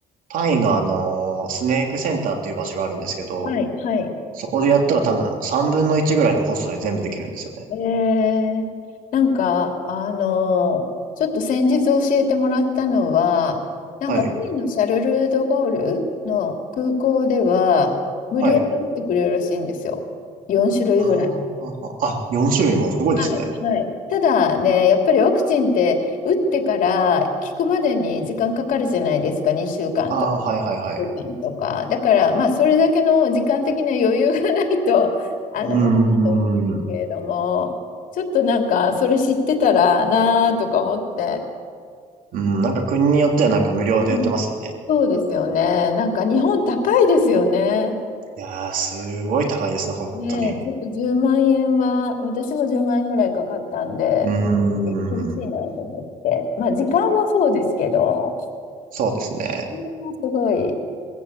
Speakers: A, on the right (about 80°); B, on the left (about 70°).
A: タイのあの、スネークセンターっていう場所があるんですけど、
B: はい、はい。
A: そこでやったら多分3分の1ぐらいのコストで全部できるんですよね。
B: えー、なんか、あの、ちょっと先日教えてもらったのは、なんか、
A: はい、
B: パリのシャルル・ド・ゴールの空港では、無料で打ってくれるらしいんですよ。
A: はい。
B: 4種類ぐらい。
A: あーははあ、4種類もすごいですね。
B: はい、はい。ただね、やっぱりワクチンって打ってから効くまでに時間かかるじゃないですか、2週間とか、
A: ああ、はいはいはい。
B: 週間とか。だから、まあ、それだけの時間的な余裕がないと、<laughs> あの、
A: うん、
B: 無理だと思うんですけれども、
A: うん、うん、
B: ちょっとなんか、それ知ってたらなあとか思って。
A: うんなんか国によってはなんか無料で売ってますよね。
B: うんそうですよね。なんか、日本高いですよね。
A: いやー、すごい高いですね、本当に。
B: ねえ、ちょっと10万円は、私も10万円ぐらいかかったんで、
A: うー
B: 厳しいなと思って。
A: ん、
B: まあ、時間もそうですけど、
A: そうですね。
B: それはすごい。